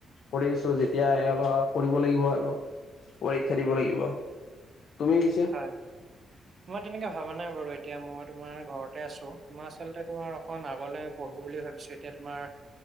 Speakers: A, on the left; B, on the right.
A: কৰি আছোঁ যেতিয়া এৰা ধৰা কৰিব লাগিব আৰু পৰীক্ষা দিব লাগিব। তুমি পিছে?
B: হয় মই তেনেকে ভাবা নাই বাৰু এতিয়া মই তোমাৰ ঘৰতে আছোঁ। মই আচলতে তোমাৰ অকন আগলে পঢ়োঁ বুলি ভাবিছোঁ। তেতিয়া তোমাৰ